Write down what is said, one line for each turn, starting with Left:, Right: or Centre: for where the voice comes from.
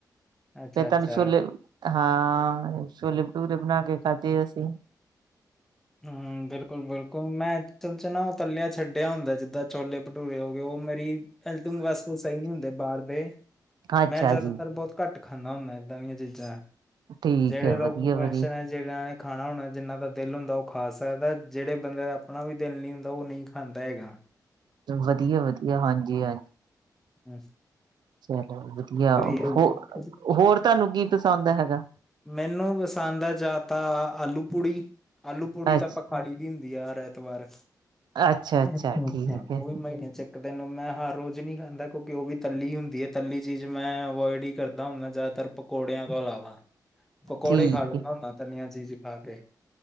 Centre: ਅੱਛਾ-ਅੱਛਾ।
Right: ਫਿਰ ਤਾਹਨੁੰ ਛੋਲੇ, ਹਾਂ। ਛੋਲੇ-ਭਟੂਰੇ ਬਣਾਕੇ ਖਾਧੇ ਅਸੀ।
Centre: ਹੂੰ, ਬਿਲਕੁਲ-ਬਿਲਕੁਲ ਮੈਂ ਐਕਤਚਲ'ਚ ਨਾ ਉਹ ਤਲਿਆਂ ਛੱਡਿਆ ਹੁੰਦਾ, ਜਿੱਦਾਂ ਛੋਲੇ-ਭਟੂਰੇ ਹੋ ਗਏ, ਉਹ ਮੇਰੀ ਹੇਲਤੀਂਗ ਵਾਸਤੇ ਸਹੀ ਨੀ ਹੁੰਦੇ, ਬਾਹਰਦੇ।
Right: ਅੱਛਾ
Centre: ਮੈਂ, ਜਿਆਦਾਤਰ
Right: ਜੀ
Centre: ਬਹੁਤ ਘੱਟ ਖਾਂਨਾ ਹੁੰਨਾ ਏਦਾਂ ਦੀਆਂ ਚੀਜ਼ਾਂ,
Right: ਠੀਕ
Centre: ਜਿਹੜੇ
Right: ਹੈ
Centre: ਲੋਕ
Right: ਵਧੀਆ
Centre: <unintelligible>
Right: ਵਧੀਆ
Centre: ਜੀਣਾ ਨੇ ਖਾਣਾ ਹੋਣਾ, ਜਿੰਨਾ ਦਾ ਦਿਲ ਹੁੰਦਾ ਉਹ ਖਾ ਸਕਦਾ, ਜਿਹੜੇ ਬੰਦੇ ਦਾ ਆਪਣਾ ਵੀ ਦਿਲ ਨਹੀਂ ਹੁੰਦਾ, ਉਹ ਨਹੀਂ ਖਾਂਦਾ ਹੈਗਾ।
Right: ਵਧੀਆ-ਵਧੀਆ, ਹਾਂਜੀ-ਹਾਂਜੀ।
Centre: ਅਸ਼
Right: ਚਲੋ ਵਧੀਆ,
Centre: ਹੈ।
Right: ਹੋਰ, ਹੋਰ ਤੁਹਾਨੂੰ ਕੀ ਪਸੰਦ ਹੈਗਾ?
Centre: ਮੈਨੂੰ ਪਸੰਦ ਆ ਜਾ ਤਾਂ, ਆਲੂ-ਪੂੜੀ, ਆਲੂ-ਪੂੜੀ
Right: ਅੱਛਾ
Centre: ਤਾ ਆਪਾਂ ਖਾਲੀ ਦੀ ਹੁੰਦੀ ਆ ਰੈ ਤਵਾਰ,
Right: ਅੱਛਾ ਅੱਛਾ
Centre: ਅਛਾ-ਅੱਛਾ।
Right: ਠੀਕ ਹੈ
Centre: ਉਹ ਵੀ ਮਹੀਨੇ'ਚ ਇੱਕ ਦਿਨ ਮੈਂ ਹਰ ਰੋਜ਼ ਨਹੀਂ ਖਾਂਦਾ। ਕਿਉਂਕਿ, ਉਹ ਵੀ ਤੱਲੀ ਹੁੰਦੀ ਆ, ਤੱਲੀ ਚੀਜ਼ ''ਮੈਂ ਅਵੋਇਡ ਹੀ ਕਰਦਾ ਹੁੰਨਾ ਜ਼ਿਆਦਾਤਰ। ਪਕੌੜਿਆਂ ਤੋਂ ਇਲਾਵਾ, ਪਕੌੜੇ
Right: ਠੀਕ
Centre: ਖਾ ਲੈਂਨਾ
Right: ਹੈ
Centre: ਹੁੰਦਾ, ਤਨੀਆਂ ਚੀਜ਼ ਖਾਕੇ।